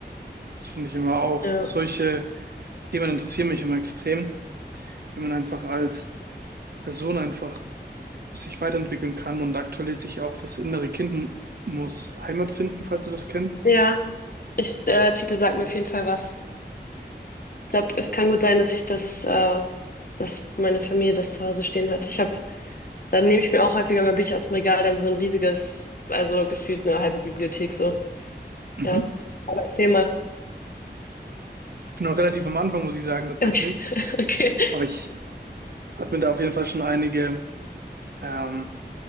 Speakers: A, on the right; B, on the left.
A: Das finde ich immer auch.
B: Ja,
A: Solche Themen interessieren mich immer extrem, wie man einfach als Person einfach sich weiterentwickeln kann und aktuell sich auch das innere Kind muss Heimat finden, falls du das kennst.
B: ja. Ich, der Titel sagt mir auf jeden Fall was. Ich glaube, es kann gut sein, dass ich das, äh, dass meine Familie das zu Hause stehen hat. Ich habe, dann nehme ich mir auch häufiger mal Bücher aus dem Regal, dann wie so ein riesiges, also gefühlt eine halbe Bibliothek so.
A: Mhm.
B: Ja. Aber erzähl mal.
A: Ich bin noch relativ am Anfang, muss ich sagen, tatsächlich.
B: Okay, <laughs> okay.
A: Aber ich habe mir da auf jeden Fall schon einige ähm,